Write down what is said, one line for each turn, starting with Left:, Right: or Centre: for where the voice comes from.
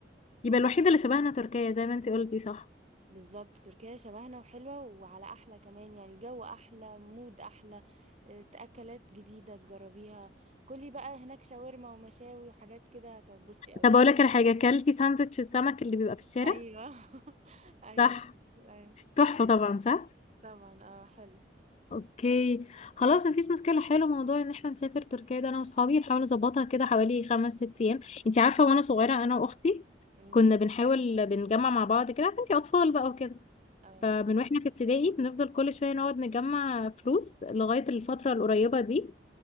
Left: يبقى الوحيده اللي شبهنا تركيا زي ما انت قلتي صح
Right: بالظبط تركيا شبهنا وحلوة وعلى أحلى كمان يعني جو أحلى مود أحلى آه، أكلات جديدة تجربيها كلي بقى هناك شاورما ومشاوي وحاجات كده هتتبسطي أوي
Left: طب
Right: <laughs>
Left: اقول لك على حاجه اكلتي ساندوتش السمك اللي بيبقى في الشارع
Right: أيوه <laughs> أيوه
Left: صح
Right: أيوه
Left: تحفه طبعا صح
Right: طبعا اه حلو
Left: اوكي خلاص مفيش مشكله حلو موضوع ان احنا نسافر تركيا ده انا واصحابي نحاول نظبطها كده حوالي خمس ست ايام انت عارفه وانا صغيره انا واختي
Right: امم
Left: كنا بنحاول بنجمع مع بعض كده عارفه انت اطفال بقى وكده
Right: اه
Left: فمن واحنا في ابتدائي بنفضل كل شويه نقعد نجمع فلوس لغايه الفتره القريبه دي